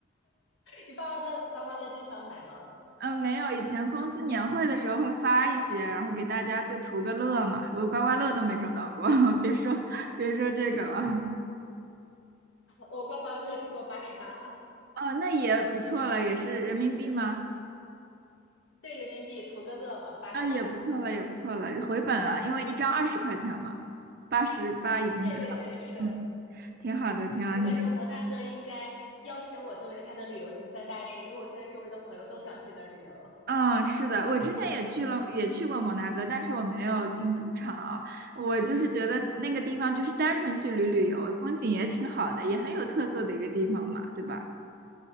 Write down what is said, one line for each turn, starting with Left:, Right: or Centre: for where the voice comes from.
Left: 你爸爸的刮刮乐经常买吗？
Right: 嗯，没有。以前公司年会的时候会发一些，然后给大家就图个乐嘛。我刮刮乐都没中到过，<laughs> 别说别说这个了。
Left: 我刮刮乐中过八十八，
Right: 哦，那也不错了，也是人民币吗？
Left: 对人民币图个乐嘛，八十八。
Right: 啊，也不错了，也不错了，回本了，因为一张二十块钱嘛，八十八已经赚了，
Left: 对对对，是的，
Right: 嗯，挺好的，挺好。
Left: 我感觉摩纳哥应该邀请我作为他的旅游行三大使，
Right: 你。
Left: 因为我现在周围的朋友都想去那儿旅游。
Right: 嗯，是的，我之前也去了，也去过摩纳哥，但是我没有进赌场啊。我就是觉得那个地方就是单纯去旅旅游，风景也挺好的，也很有特色的一个地方嘛，对吧？